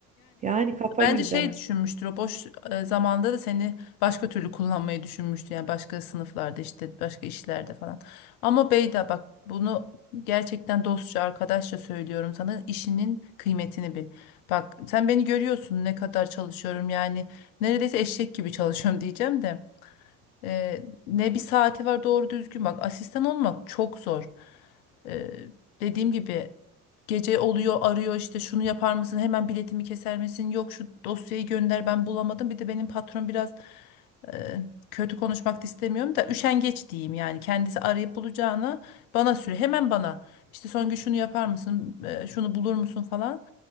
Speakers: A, on the right; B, on the left.
A: Yani kafayı
B: Bence
A: yiyeceğim.
B: şey düşünmüştür o boş e, zamanda da seni başka türlü kullanmayı düşünmüştü. Yani başka sınıflarda işte başka işlerde falan. Ama Beyda bak bunu gerçekten dostça arkadaşça söylüyorum sana işinin kıymetini bil. Bak sen beni görüyorsun ne kadar çalışıyorum yani neredeyse eşek gibi çalışıyorum <laughs> diyeceğim de. Ee, ne bir saati var doğru düzgün bak asistan olmak çok zor. Ee, dediğim gibi gece oluyor arıyor işte şunu yapar mısın hemen biletimi keser misin yok şu dosyayı gönder ben bulamadım bir de benim patron biraz e, kötü konuşmak da istemiyorum da üşengeç diyeyim yani kendisi arayıp bulacağına bana süre hemen bana işte son gün şunu yapar mısın e, şunu bulur musun falan